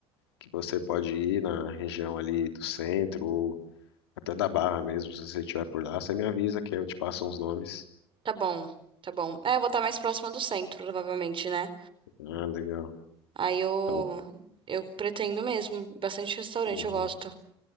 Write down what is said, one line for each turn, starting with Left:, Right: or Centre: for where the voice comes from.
Left: que você pode ir na região ali do centro ou até da Barra mesmo, se você estiver por lá, você me avisa que aí eu te passo uns nomes.
Right: Tá bom, tá bom. É, eu vou estar mais próxima do centro, provavelmente, né?
Left: Ah, legal.
Right: Aí eu
Left: Então,
Right: eu pretendo mesmo. Bastante restaurante
Left: uhum.
Right: eu gosto.